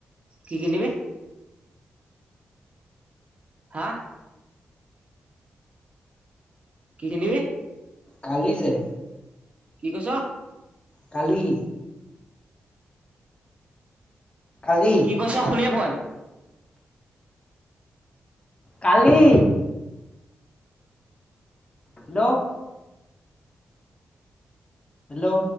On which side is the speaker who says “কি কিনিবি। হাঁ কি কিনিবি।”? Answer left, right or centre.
Right